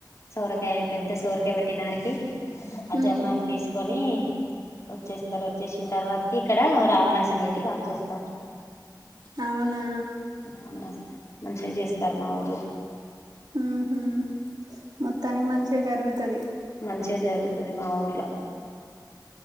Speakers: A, on the left; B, on the right.
A: సోరకాయ పెద్ద సోరిక పెట్టినారికి ఆ
B: ఉమ్
A: జమ్మాకి తీసుకొని వచ్చేస్తారు వచ్చేసిన తర్వాతకి ఇక్కడ రామనాాసుని పెట్టి కాల్చేస్తారు
B: అవునా
A: రామణస్ మంచిగా చేస్తారు మా ఊరు
B: హహ మొత్తానికి మంచిగా జరుగుతుది
A: మంచిగా జరుగుతది మా ఊర్లో